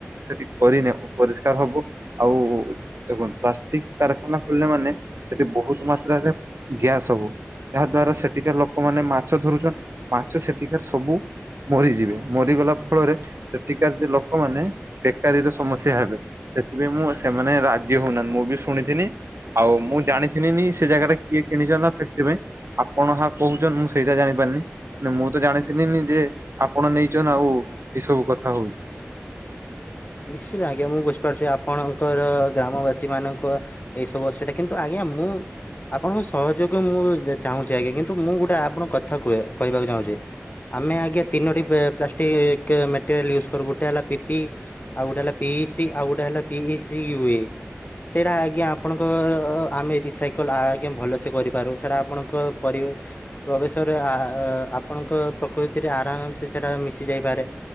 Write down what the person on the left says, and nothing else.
ନିଶ୍ଚିତ ଆଜ୍ଞା ମୁଁ ବୁଝିପାରୁଚି ଆପଣଙ୍କର ଗ୍ରାମବାସୀମାନଙ୍କ ଏଇସବୁ ଅସୁବିଧା କିନ୍ତୁ ଆଜ୍ଞା ମୁଁ ଆପଣଙ୍କ ସହଯୋଗ ମୁଁ ଚାହୁଁଚି ଆଜ୍ଞା। କିନ୍ତୁ ମୁଁ ଗୋଟେ ଆପଣଙ୍କ କଥା କୁହେ କହିବାକୁ ଚାହୁଁଚି ଆମେ ଆଜ୍ଞା ତିନୋଟି ପେ ପ୍ଲାଷ୍ଟିକ୍ କେ ମେଟେରିଆଲ୍ ୟୁଜ୍ କରୁ ଗୋଟେ ହେଲା ପିପି ଆଉ ଗୋଟେ ହେଲା ପି ଇ ସି ଆଉ ଗୋଟେ ହେଲା ପିଇ ସି ୟୁ ଏ। ସେଇଟା ଆଜ୍ଞା ଆପଣଙ୍କର ଆମେ ରିସାଇକଲ୍ ଆଜ୍ଞା ଭଲସେ କରିପାରୁ ସେଇଟା ଆପଣଙ୍କ ପରି ପ୍ରବେଶରେ ଆ ଆ ଆପଣଙ୍କ ପ୍ରକୃତିରେ ଆରାମସେ ସେଇଟା ମିଶି ଯାଇପାରେ